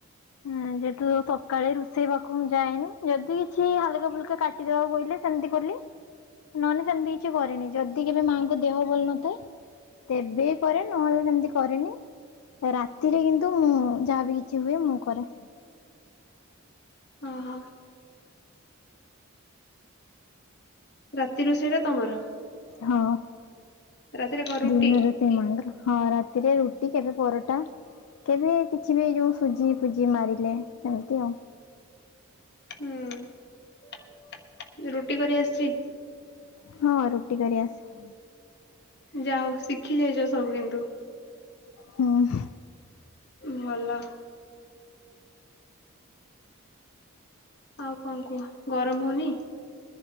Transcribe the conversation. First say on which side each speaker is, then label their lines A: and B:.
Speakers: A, on the left; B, on the left.
A: ଅଁ ଯେହେତୁ ସକାଳେ ରୁଷେଇ ପାଖକୁ ମୁଁ ଯାଏନି ଯଦି କିଛି ହାଲକା ଫୁଲକା କାଟିଦବାକୁ କହିଲେ ସେମତି କଲି ନହେଲେ ସେମତି କିଛି କରେନି ଯଦି କେବେ ମାଆଙ୍କ ଦେହ ଭଲ ନଥାଏ ତେବେ କରେ ନହେଲେ ସେମତି କରେନି। ରାତିରେ କିନ୍ତୁ ମୁଁ ଯାହା ବିି କିଛି ହୁଏ ମୁଁ କରେ।
B: ଅହ। ରାତି ରୋଷେଇଟା ତମର।
A: ହଁ
B: ରାତିରେ କଣ ରୁଟି
A: ଦିନ ରାତି ମାଆଙ୍କର ହଁ ରାତିରେ ରୁଟି କେବେ ପରଟା କେବେ କିଛି ବି ଏଇ ଯୋଉ ସୁଜି ସୁଜି ମାରିଲେ ସେମତି ଆଉ।
B: ହୁଁ ରୁଟି କରି ଆସିଚି?
A: ହଁ ରୁଟି କରି ଆସେ।
B: ଯାହୋଉ ଶିଖିଯାଇଚ ସବୁ କିନ୍ତୁ।
A: ହୁଁ।
B: ଭଲ। ଆଉ କଣ କୁହ ଗରମ ହୋଉନି।